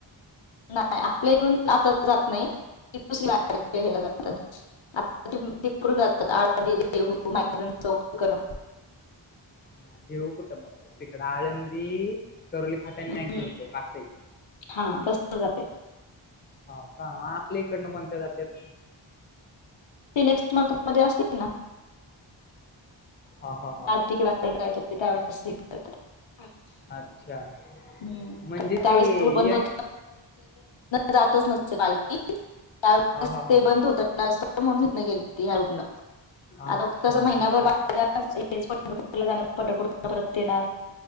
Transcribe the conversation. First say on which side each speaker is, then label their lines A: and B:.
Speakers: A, on the left (about 70°); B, on the left (about 25°).
A: नाही आपल्या इकडून जातच जात नाहीत दुसरी जातात. आपल्याकडून तिकडून जातात आळंदी, देहू, <unintelligible> चौक तिकडून.
B: हा देऊ कुठं मग? तिकड आळंदी, सवली फाट्यानी
A: हम्म,
B: मॅक घऊचो असते ते.
A: हा तस जाते.
B: हो का? आपल्या इकडनं कोणत्या जातात?
A: ते नेक्स्ट मंथ मध्ये असतील ना.
B: हा हा हा
A: रात किंवा ते कराय त्यावेळेस अच्छा.
B: अच्छा
A: हम्म
B: म्हणजे
A: त्यावेळे
B: ते
A: पूल बंद
B: य
A: होत. जातच नसते पालखी त्यावेळे
B: हा हा
A: ते
B: हा हा
A: बंद होतात ना. त्यावेळेस ते म्हणून हितं गेली या रोडनं.
B: अच्छा
A: आता कस महिनाभर
B: असं
A: पंढरपूर जाण पंढरपूर परत येणार.